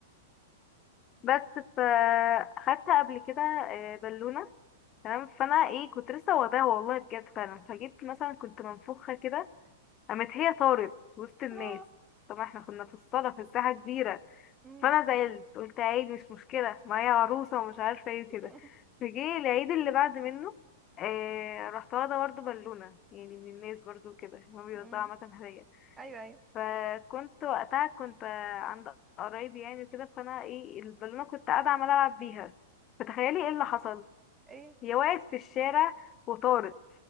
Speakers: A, on the left (about 35°); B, on the right (about 15°).
A: بس فاخدت قبل كده آه، بالونة تمام فانا ايه كنت لسه واخداها والله بجد فعلا فجيت مثلا كنت منفوخة كده قامت هي طارت وسط الناس
B: اه
A: طبعا احنا كنا في الصالة في الساحة كبيرة
B: امم
A: فأنا زعلت قلت عادي مش مشكلة ما هي عروسة ومش عارفة ايه وكده
B: <laughs>
A: فجه العيد اللي بعد منه آه رحت واخدة برضه بالونة يعني من الناس برضه كده هما بيوزعوا
B: امم
A: عامة هدايا
B: ايوه ايوه
A: فكنت وقتها كنت آه، عند قرايبي يعني وكده فأنا ايه البالونة كنت قاعدة عمالة ألعب بيها فتخيلي ايه اللي حصل
B: ايه
A: هي وقعت في الشارع وطارت